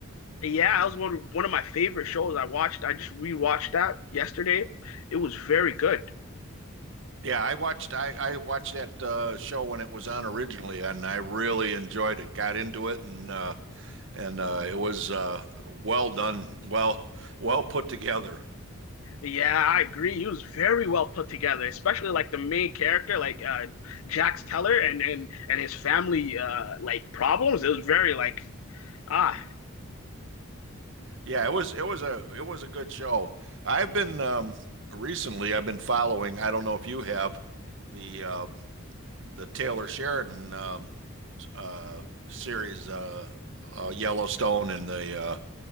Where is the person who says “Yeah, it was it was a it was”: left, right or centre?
Right